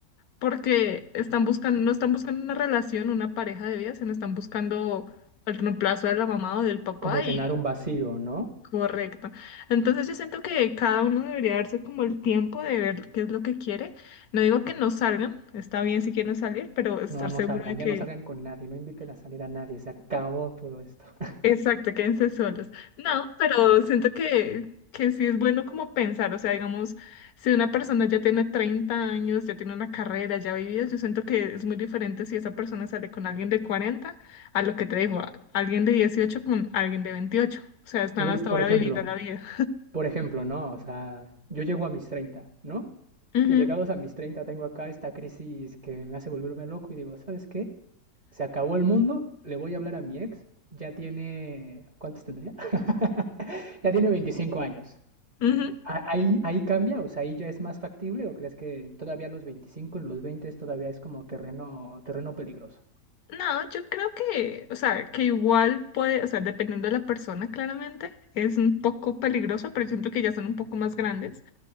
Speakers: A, on the left; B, on the right.
A: porque están buscando, no están buscando una relación, una pareja de vida, sino están buscando el reemplazo de la mamá o del papá
B: Como llenar
A: y
B: un vacío, ¿no?
A: correcto. Entonces yo siento que cada uno debería darse como el tiempo de ver qué es lo que quiere. No digo que no salgan, está bien si quieren salir, pero estar
B: No, no
A: seguro
B: salgan,
A: de que
B: ya no salgan con nadie, no inviten a salir a nadie, se acabó todo esto. <laughs>
A: Exacto, quédense solos. No, pero siento que, que sí es bueno como pensar, o sea, digamos, si una persona ya tiene 30 años, ya tiene una carrera, ya ha vivido, yo siento que es muy diferente si esa persona sale con alguien de 40 a lo que te digo, a- alguien de 18 con alguien de 28. o sea, están
B: Y
A: hasta
B: por
A: ahora
B: ejemplo,
A: viviendo la vida.
B: por ejemplo, ¿no? O sea, yo llego a mis 30, ¿no?
A: Ujú,
B: Y llegados a mis 30 tengo acá esta crisis que me hace volverme loco y digo, ¿sabes qué? Se acabó el mundo, le voy a hablar a mi ex, ya tiene, ¿cuántos tendría? <laughs> ya tiene 25 años.
A: ujú.
B: Ah, ¿Ahí, ahí cambia? O sea, ¿ahí ya es más factible o crees que todavía a los 25, en los 20 todavía es como terreno, terreno peligroso?
A: No, yo creo que, o sea, que igual puede, o sea, dependiendo de la persona, claramente, es un poco peligroso, pero siento que ya son un poco más grandes.